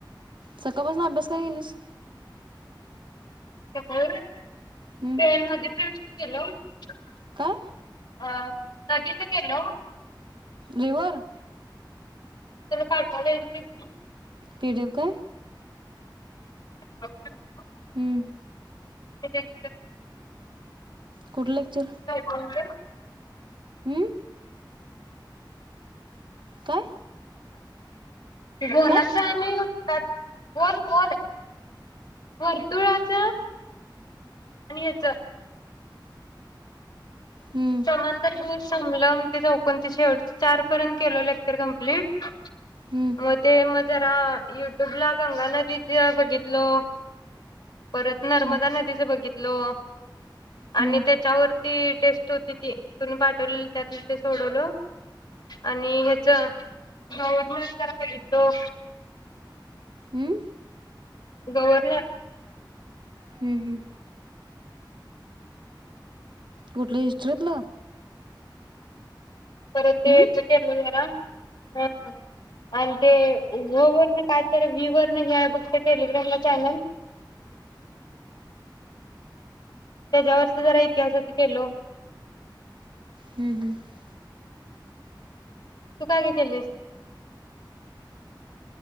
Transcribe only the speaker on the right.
सकाळपासून अभ्यास काय केलीस?
हम्म काय लिव्हर
ती देवू काय
हं
कुठलं लेक्चर
हम्म काय
काय
हम्म
हम्म
हम्म
हम्म
हम्म
हम्म हम्म कुठलं हिस्ट्रीतलं?
हम्म
हम्म हम्म